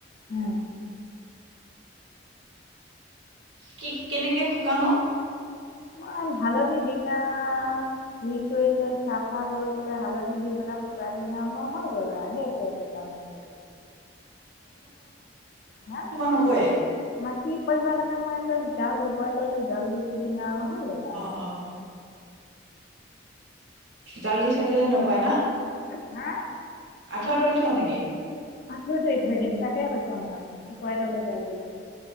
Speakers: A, on the left; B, on the right.
A: এ
B: কি কেনেকে শুকাৱ অ
A: ইমান হালধি ডিঙ আ ধুই কৰি লৈ চাফা কৰি পেলাই হালধি দি পেলাই শুকাই দিঙ আও মই হৈ গ'ল আৰু সেইটোৱে শুকান মাছ। <unintelligible>
B: নকৰে
A: মাখি পৰিব কাৰণে মই এটা জাল উপৰে তলই জাল দি থৈ দিঙ আও হৈ গ'ল আৰু
B: অঁ জাল দি থৈ দিলে নপৰে না
A: হা
B: আঠুৱা তৰি থও নেকি?
A: আঠুৱা তৰি থৈ দিঙ তাকে কৈছুং মই উপই তলে জাল দি দিং